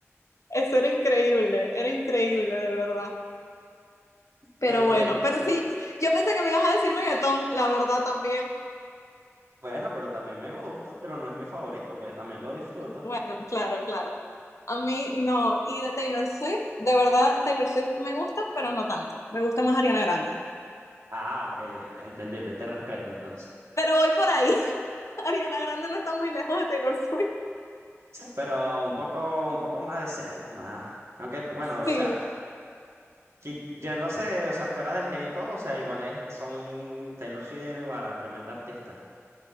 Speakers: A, on the left; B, on the right.
A: eso era increíble, era increíble de verdad. Pero
B: te entiendo.
A: bueno, pero sí, yo pensé que me ibas a decir reggaetón, la verdad también.
B: Bueno, pero también me gusta, pero no es mi favorito, pues también lo disfruto.
A: Bueno, claro, claro. A mí no, y de Taylor Swift, de verdad Taylor Swift me gusta, pero no tanto. Me gusta más Ariana Grande.
B: Ah, ok, entendible, te respeto entonces.
A: Pero voy por ahí. <laughs> Ariana Grande no está muy lejos de Taylor Swift.
B: Sí, pero un poco, un poco más decente, más. Aunque, bueno,
A: Sí,
B: o sea, qui- yéndose, o sea, fuera del hate y todo, o sea, igual es, son Taylor Swift y Guara, tremenda artista.